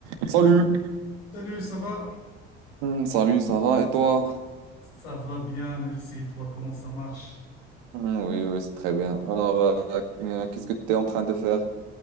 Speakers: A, on the right (about 60°); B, on the left (about 70°).
A: Salut.
B: Salut, ça va?
A: Hmm, Salut, ça va et toi?
B: Ça va bien, merci. Toi, comment ça marche?
A: Hmm, Oui, oui, c'est très bien. Alors, euh, euh, qu'est-ce que tu es en train de faire